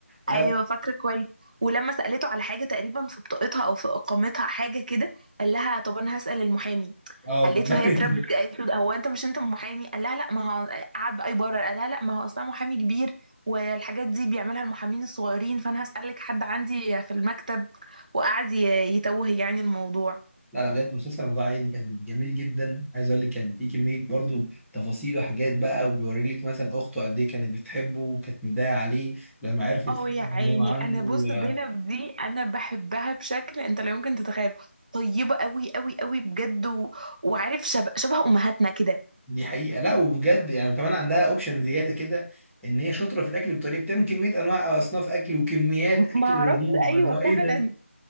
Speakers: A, in the centre; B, on the right (about 35°).
A: لا
B: ايوه
A: لا
B: فاكره كويس ولما سالته على حاجه تقريبا في بطاقتها او في اقامتها حاجه كده قال لها طب انا هسال المحامي
A: اه والله.
B: قالت له هي
A: <laughs>
B: اتربت كده. قالت له هو انت مش انت محامي قال لها لا ما هو قعد بقى يبرر قال لها لا ما هو اصلا محامي كبير والحاجات دي بيعملها المحامين الصغيرين فانا هسالك حد عندي في المكتب وقعد ي- يتوه يعني الموضوع
A: لا لا بجد مسلسل موضوع عائلي كان جميل جدا عايز اقول لك كان في كميه برضو تفاصيل وحاجات بقى وبيوري لك مثلا اخته قد ايه كانت بتحبه وكانت مضايقه عليه لما عرفت
B: اه
A: فجأة
B: يا
A: ان
B: عيني
A: هو عنده
B: انا بص زينب دي انا بحبها بشكل انت لا يمكن تتخيله طيبه قوي قوي قوي بجد و... وعارف شب... شبه امهاتنا كده
A: دي حقيقه لا وبجد يعني كمان عندها اوبشن زياده كده ان هي شاطره في الاكل بطريقه بتعمل كميه انواع اصناف اكل وكميات اكل
B: ما اعرفش
A: رهيبه
B: ايوه
A: اللي هو ايه
B: فعلا
A: ده